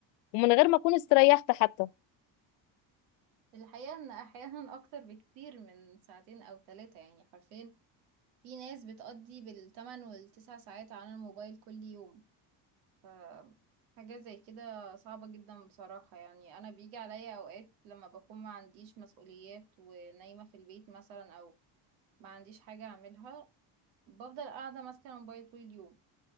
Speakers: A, on the left; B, on the right.
A: ومن غير ما أكون استريحت حتى
B: الحقيقة إن أحيانا أكتر بكتير من ساعتين أو ثلاثة يعني حرفيا في ناس بتقضي بالتمن والتسع ساعات على الموبايل كل يوم ف حاجة زي كده صعبة جدا بصراحة يعني أنا بيجي عليا أوقات لما بكون ما عنديش مسؤوليات ونايمة في البيت مثلا أو ما عنديش حاجة أعملها بفضل قاعدة ماسكة الموبايل طول اليوم